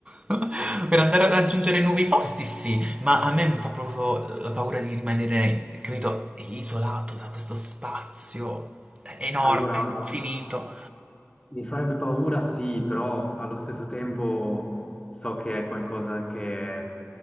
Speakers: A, on the right; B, on the left.
A: <laughs> per andare a raggiungere nuovi posti, sì, ma a me mi fa proprio la paura di rimanere, capito, isolato da questo spazio enorme,
B: allora,
A: infinito.
B: Mi farebbe paura, sì, però allo stesso tempo so che è qualcosa che